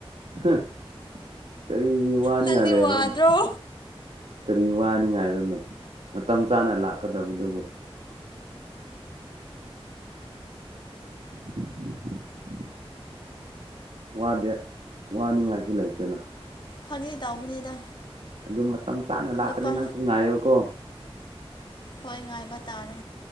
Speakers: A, on the right; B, on the left.
A: ꯍꯝ ꯀꯔꯤꯒꯤ ꯋꯥꯅꯤꯉꯥꯏ
B: ꯅꯪꯗꯤ
A: ꯂꯩꯕ꯭ꯔꯅꯦ?
B: ꯋꯥꯗ꯭ꯔꯣ
A: ꯀꯔꯤ ꯋꯥꯅꯤꯡꯉꯥꯏꯔꯅꯦ ꯃꯇꯝ ꯆꯥꯅ ꯂꯥꯛꯀꯗꯕꯗꯨꯕꯨ꯫ <inaudible> ꯋꯥꯗꯦ ꯋꯥꯅꯤꯡꯉꯥꯏꯁꯨ ꯂꯩꯇꯦꯅ꯫
B: ꯐꯉꯤ ꯇꯧꯕꯅꯤꯗ꯫
A: ꯑꯗꯨ ꯃꯇꯝ ꯆꯥꯅ ꯂꯥꯛꯀꯅꯤ
B: ꯅꯨꯄꯥ
A: ꯅꯪꯁꯨ ꯉꯥꯏꯌꯣꯀꯣ꯫
B: ꯍꯣꯏꯏ ꯉꯥꯏꯕ ꯇꯥꯔꯦ꯫